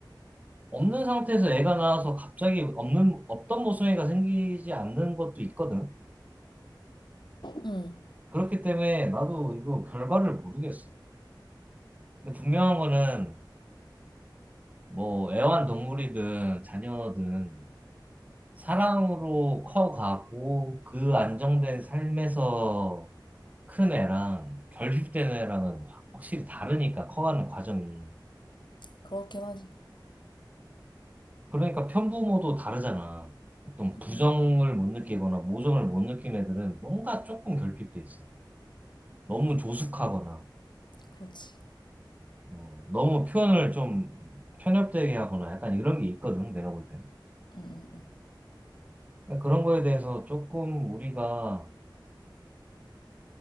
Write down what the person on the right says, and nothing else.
없는 상태에서 애가 나와서 갑자기 없는 없던 모성애가 생기지 않는 것도 있거든.
그렇기 때문에 나도 이거 결과를 모르겠어. 근데 분명한 거는 뭐 애완동물이든 자녀든 사랑으로 커가고 그 안정된 삶에서 큰 애랑 결핍된 애랑은 확실히 다르니까 커가는 과정이.
그러니까 편부모도 다르잖아. 어떤 부정을
못 느끼거나 모정을 못 느낀 애들은 뭔가 조금 결핍돼 있어. 너무 조숙하거나,
어, 너무 표현을 좀 편협되게 하거나 약간 이런 게 있거든, 내가 볼 때는.
그러니까 그런 거에 대해서 조금 우리가